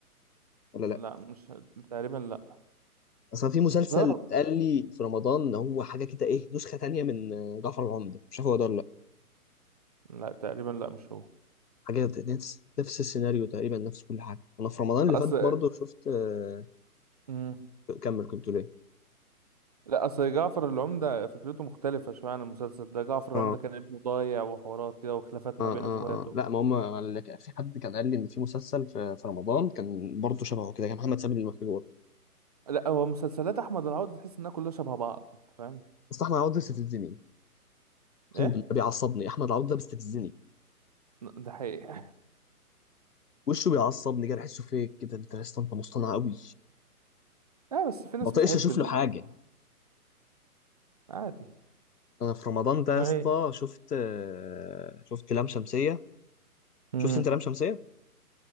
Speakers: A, on the left; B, on the right.
A: ولا
B: لا
A: لا؟
B: مش تقريبا لا
A: اصلا في مسلسل
B: لا
A: اتقال لي في رمضان ان هو حاجه كده ايه نسخه تانيه من جعفر العمدة مش عارف هو ده ولا
B: لا، تقريبا لا مش هو
A: حاجة نفس نفس السيناريو تقريبا نفس كل حاجة أنا في رمضان اللي
B: اصل
A: فات برضه شفت آه،
B: مم.
A: كمل كنت ليه
B: لا اصل جعفر العمدة فكرته مختلفة شوية عن المسلسل ده جعفر العمدة
A: اه
B: كان ابنه ضايع وحوارات كده وخلافات ما
A: اه
B: بين
A: اه
B: اخواته
A: اه لا ما هم اللي كان- في حد كان قال لي ان في مسلسل في, في رمضان كان برضه شبهه كده كان محمد سامي المخبور
B: لا هو مسلسلات احمد العوضي تحس انها كلها شبه بعض أنت فاهم
A: بس احمد عوض بيستفزني اقسم
B: ايه
A: بالله بيعصبني احمد عوض ده بيستفزني
B: ده حقيقي <laughs>
A: وشه بيعصبني كده بحسه فيك كده انت يا اسطى انت مصطنع قوي
B: اه بس في ناس
A: ما بطيقش
B: بتحب
A: اشوف
B: ال...
A: له حاجه
B: عادي
A: انا في رمضان ده يا
B: ايوه
A: اسطى شفت آه، شفت لام شمسيه
B: امم
A: شفت انت لام شمسيه